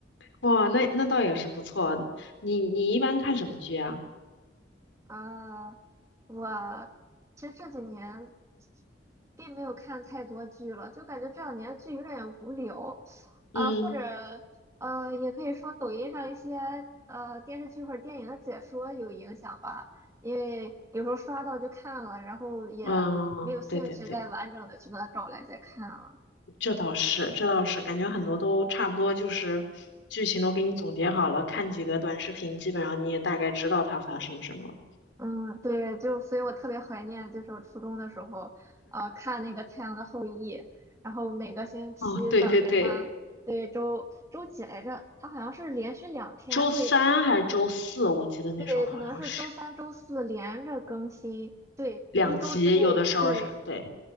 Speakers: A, on the left (about 80°); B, on the right (about 15°).
A: 哇，那那倒也是不错。你你一般看什么剧啊？
B: 呃，我其实这几年并没有看太多剧了，就感觉这两年剧有点无聊，啊、
A: 嗯
B: 或者呃，也可以说抖音上一些呃电视剧或者电影的解说有影响吧，因为有时候刷到就看了，然后也没有兴趣再完整的去把它找来再看了。
A: 嗯，对对对，这倒是，这倒是，感觉很多都差不多，就是剧情都给你总结好了，看几个短视频，基本上你也大概知道它发生什么了。
B: 嗯，对，就所以我特别怀念，就是我初中的时候，呃，看那个《太阳的后裔》，然后每个星期等着它，
A: 哦，对对对，
B: 对，周周几来着？它好像是连续两天会，
A: 周三还是周四，我记得那时候好像是。
B: 对，可能是周三、周四连着更新，对，
A: 两集有的时候是对
B: 一周之内，对，